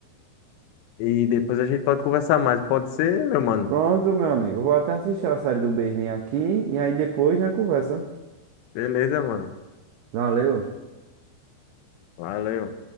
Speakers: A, on the left; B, on the right.
A: E depois a gente pode conversar mais. Pode ser, meu mano?
B: Pronto, meu amigo. Vou até assistir a série do Berlim aqui e aí depois já conversa.
A: Beleza, mano.
B: Valeu.
A: Valeu.